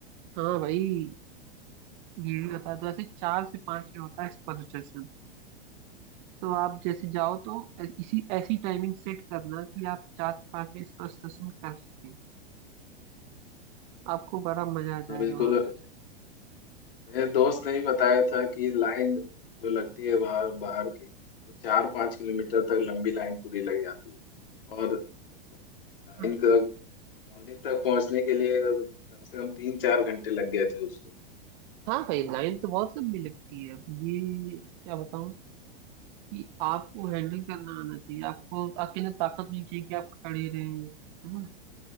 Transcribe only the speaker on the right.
हाँ भाई ये भी बता दो ऐसे चार से पांच में होता है एक्सपोजर सेशन तो आप जैसे जाओ तो ऐ- इसी ऐसी टाइमिंग सेट करना कि आप चार से पांच में एक्सपोजर सेशन कर सकें आपको बड़ा मजा आ
जाएगा
वहां पर
हम्म
हाँ भाई लाइन तो बहुत लंबी लगती है अब ये क्या बताऊं कि आपको हैंडल करना आना चाहिए आपको आपके अंदर ताकत होनी चाहिए कि आप खड़े रहे है ना